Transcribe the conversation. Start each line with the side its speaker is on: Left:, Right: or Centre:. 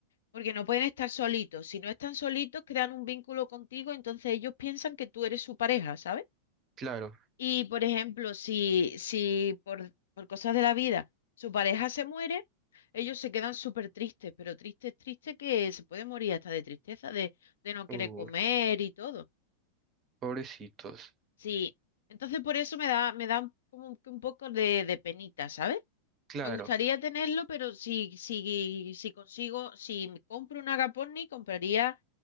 Left: porque no pueden estar solitos. Si no están solitos, crean un vínculo contigo, entonces ellos piensan que tú eres su pareja, ¿sabes?
Right: claro.
Left: Y, por ejemplo, si, si por, por cosas de la vida su pareja se muere, ellos se quedan súper tristes, pero tristes, tristes que se puede morir hasta de tristeza, de, de no querer
Right: Uh,
Left: comer y todo.
Right: pobrecitos.
Left: Sí, entonces por eso me da, me da como que un poco de, de penita, ¿sabes?
Right: Claro,
Left: Me gustaría tenerlo, pero si, si, si consigo, si me compro un Agaponni, compraría